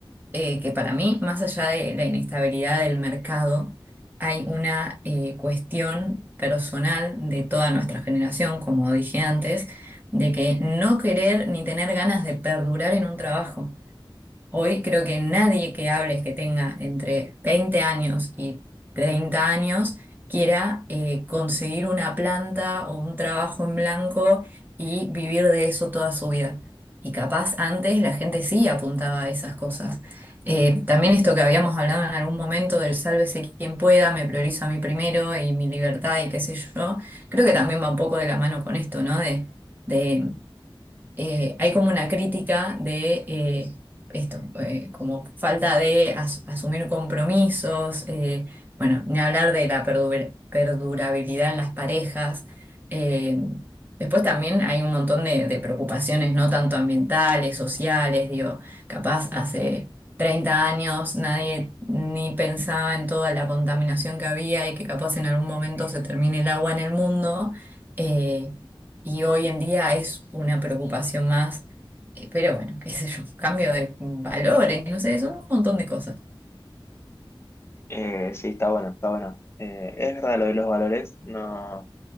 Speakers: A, on the right; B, on the left.
A: eh, que para mí, más allá de la inestabilidad del mercado, hay una eh, cuestión personal de toda nuestra generación, como dije antes, de que no querer ni tener ganas de perdurar en un trabajo. Hoy creo que nadie que hables que tenga entre 20 años y 30 años quiera eh, conseguir una planta o un trabajo en blanco y vivir de eso toda su vida. Y capaz antes la gente sí apuntaba a esas cosas. Eh, también esto que habíamos hablado en algún momento del sálvese quien pueda, me priorizo a mí primero y mi libertad y qué sé yo, creo que también va un poco de la mano con esto, ¿no? De, de eh, hay como una crítica de eh, esto, eh, como falta de as- asumir compromisos, eh, bueno, ni hablar de la perdu- perdurabilidad en las parejas. eh, después también hay un montón de, de preocupaciones, no tanto ambientales, sociales, digo, capaz hace 30 años nadie ni pensaba en toda la contaminación que había y que capaz en algún momento se termine el agua en el mundo. eh, y hoy en día es una preocupación más. Eh, Pero bueno, qué sé yo, <laughs> cambio de valores, no sé, son un montón de cosas.
B: Eh, sí, está bueno, está bueno. Eh, es verdad lo de los valores, no,